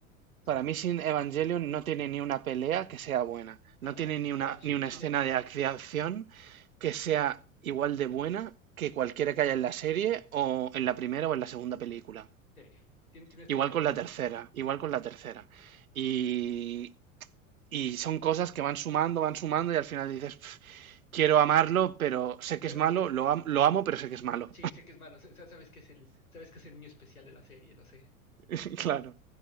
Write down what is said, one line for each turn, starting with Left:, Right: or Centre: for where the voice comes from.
Left: O
Right: para
Left: sea,
Right: mí sin Evangelion no tiene ni una pelea que sea buena, no
Left: ah, no,
Right: tiene ni
Left: no,
Right: una,
Left: Shi-
Right: ni una
Left: Shin,
Right: escena
Left: Eva-
Right: de ac- de acción que sea igual de buena que cualquiera que haya en la serie o en la primera o en la segunda película.
Left: sí, tien- tienes
Right: Igual
Left: toda la
Right: con
Left: razón.
Right: la tercera, igual con la tercera. Y, y son cosas que van sumando, van sumando y al final dices... quiero amarlo, pero sé que
Left: Pero
Right: es malo,
Left: no
Right: lo, am- lo amo, pero sé que es malo.
Left: Sí, sé que es malo, sa- sa- sabes que es el, sabes que es el niño especial de la serie, lo sé.
Right: <laughs> claro,